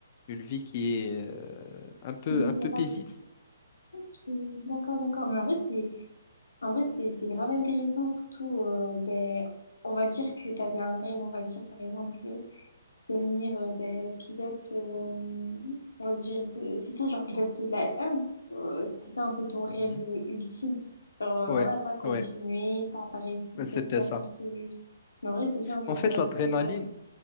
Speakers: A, on the left (about 40°); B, on the left (about 75°).
A: une vie qui est euh, un peu,
B: misérable.
A: un peu paisible.
B: Ok, D'accord, d'accord. Mais en vrai, c'est en vrai, c'est c'est grave intéressant, surtout, euh, ben, on va dire que tu avais un rêve, on va dire, par exemple, euh, devenir euh, ben, pilote, euh, on va dire, de... c'est ça, genre pilote de la F1. Euh, c'était ça un peu ton rêve
A: Mhm.
B: ultime. Genre, euh,
A: Ouais,
B: voilà, t'as continué,
A: ouais,
B: t'as pas réussi,
A: c'était
B: t'as essayé
A: ça.
B: un autre truc. Mais en vrai, c'est bien, genre,
A: En fait,
B: t'as pas
A: l'adrénaline,
B: baissé les bras.